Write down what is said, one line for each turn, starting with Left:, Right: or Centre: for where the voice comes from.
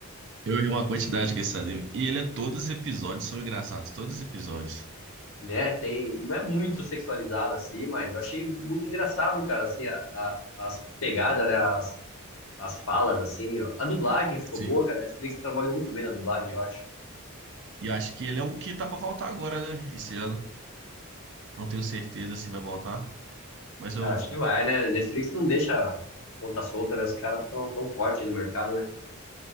Right: Eu ri uma quantidade com esse anime. E ele é todos os episódios são engraçados, todos os episódios.
Left: né? Tem, não é muito sexualizado assim, mas eu achei muito engraçado, cara, assim, a, a- as pegadas, né? As, as falas, assim. ó. A dublagem ficou
Right: Sim.
Left: boa, cara. A Netflix trabalhou muito bem na dublagem, eu acho.
Right: E eu acho que ele é um que tá pra voltar agora, né? Esse ano. Não tenho certeza se vai voltar, mas eu
Left: Cara, acho que vai, né? Netflix não deixa ponta solta, né? Os caras tão, tão forte no mercado, né?